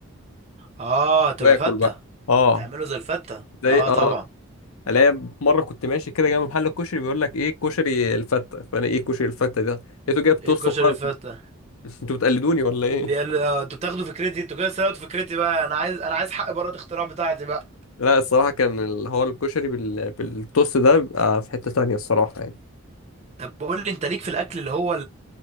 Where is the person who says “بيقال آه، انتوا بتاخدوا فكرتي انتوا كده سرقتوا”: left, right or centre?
Right